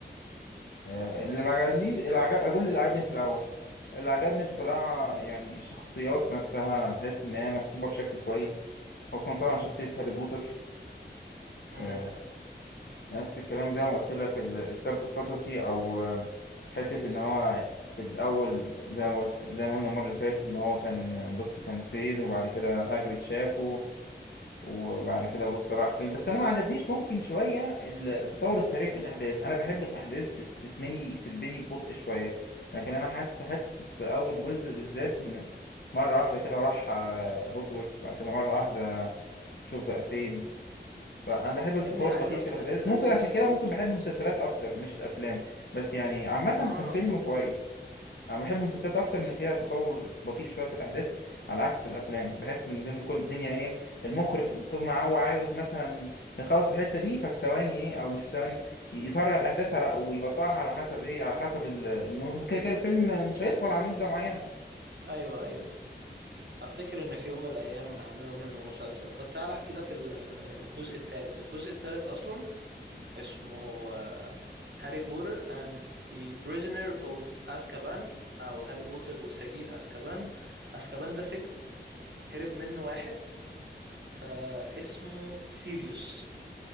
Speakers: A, on the left; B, on the right.
A: آه، اللي ما عجبنيش اللي عجب... اقول اللي عجبني في الاول اللي عجبني بصراحه يعني الشخصيات نفسها تحس ان هي مكتوبه بشكل كويس خصوصا طبعا شخصيه هاري بوتر
B: امم
A: آه، نفس الكلام زي ما قلت لك ال- السرد القصصي او آه، حته ان هو في الاول زي ما قلت... زي ما قلنا المره اللي فاتت ان هو كان بص كان فين وبعد كده هاجريد شافه وبعد كده بص راح فين بس انا ما عجبنيش ممكن شويه ال- التطور السريع في الاحداث انا بحب الاحداث تت- تتبني تتبني ببطء شويه لكن انا حاسس كنت حاسس في اول جزء بالذات ان مره واحده كده راح آه، هوجورتس بعد كده مره واحده شوف بقى فين فانا بحب التطور
B: يا ابني عادي
A: البطيء
B: اصل
A: في الاحداث
B: لازم
A: ممكن عشان كده
B: برضه
A: ممكن بحب المسلسلات اكتر مش الافلام بس يعني عامه
B: اها
A: كان فيلم كويس انا بحب المسلسلات اكتر ان فيها تطور بطيء شويه في الاحداث على عكس الافلام بحس ان الدنيا كل الدنيا ايه المخرج طول ما هو عاوز مثلا يخلص الحته دي ففي ثواني ايه او مش في ثواني ي- يسرع الاحداث على او يبطئها على حسب ايه على حسب ال- إنه كده كده الفيلم مش هيطول عن مده معينه
B: ايوه ايوه افتكر ان في يوم من الايام هيعملوا منه مسلسل طب تعالى احكي لك ال- الجزء الثالث الجزء الثالث اصلا اسمه آه، هاري بوتر and the prisoner of azkaban او هاري بوتر وسجين azkaban azkaban ده سجن هرب منه واحد آه اسمه سيريوس